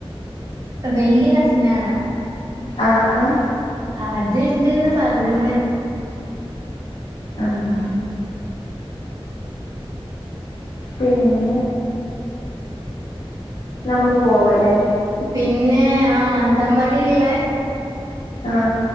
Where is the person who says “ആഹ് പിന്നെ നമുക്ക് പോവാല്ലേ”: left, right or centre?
Left